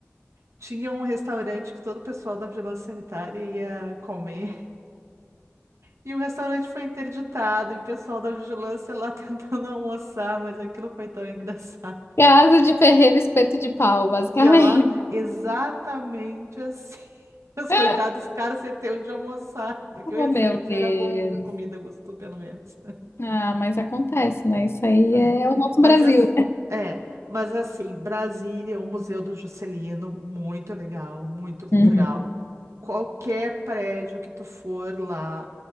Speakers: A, on the right (about 80°); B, on the left (about 55°).
A: Tinha um restaurante que todo o pessoal da vigilância sanitária ia comer. <laughs> E o restaurante foi interditado, e o pessoal da vigilância lá <laughs> tentando almoçar, mas aquilo foi tão engraçado.
B: Casa de ferreiro, espeto de pau, basicamente.
A: Pior, né? Exatamente assim. <laughs> Os
B: <laughs>
A: coitados ficaram sem ter onde almoçar, porque
B: Oh,
A: o restaurante
B: meu Deus.
A: era bom, a comida gostou, pelo menos. <laughs>
B: Ah, mas acontece, né? Isso aí
A: É.
B: é o nosso
A: Mas,
B: Brasil.
A: as- é, mas assim, Brasília, o Museu do Juscelino, muito legal, muito cultural.
B: Uhum.
A: Qualquer prédio que tu for lá,